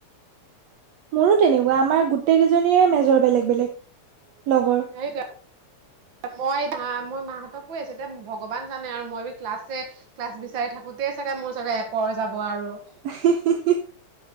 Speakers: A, on the right; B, on the right.
A: মোৰো তেনেকুৱা আমাৰ গোটেইকেইজনীৰে মেজৰ বেলেগ বেলেগ।
B: <unintelligible>
A: লগৰ
B: মই মই মাহঁতক কৈ আহিছো দেন ভগৱান জানে আৰু মই ভী ক্লাছ হে। ক্লাছ বিচাৰি থাকোতেই চাগে মোৰ চাগে এপহৰ যাব আৰু।
A: <unintelligible>